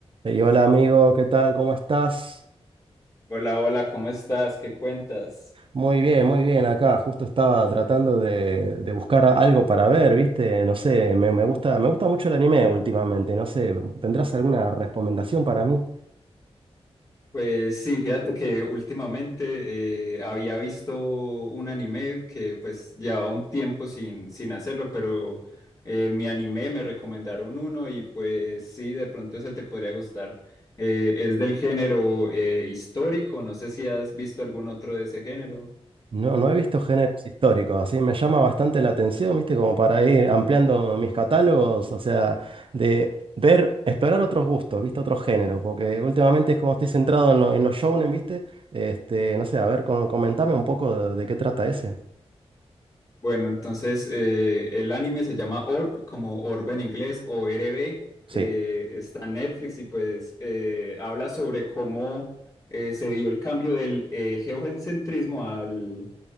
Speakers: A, on the right; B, on the left.
A: Ey, hola amigo, ¿qué tal? ¿Cómo estás?
B: Hola, hola, ¿cómo estás? ¿Qué cuentas?
A: Muy bien, muy bien. Acá justo estaba tratando de, de buscar a- algo para ver, ¿viste? No sé, me, me gusta, me gusta mucho el anime últimamente. No sé, ¿tendrás alguna recomendación para mí?
B: Pues sí, fíjate que últimamente eh, había visto un anime que pues llevaba un tiempo sin, sin hacerlo, pero eh, me animé, me recomendaron uno y pues sí, de pronto ese te podría gustar. Eh, es del género eh, histórico, no sé si has visto algún otro de ese género.
A: No, no he visto géneros históricos, así me llama bastante la atención, ¿viste? Como para ir ampliando mis catálogos, o sea, de ver, explorar otros gustos, ¿viste? Otros géneros, porque últimamente es como estoy centrado en, lo- en los shounen, ¿viste? Este, no sé, a ver, com- comentame un poco de, de qué trata ese.
B: Bueno, entonces eh, el anime se llama Orb, como Orb en inglés, o RB.
A: Sí.
B: eh, está en Netflix y pues eh, habla sobre cómo eh, se dio el cambio del eh, geocentrismo al,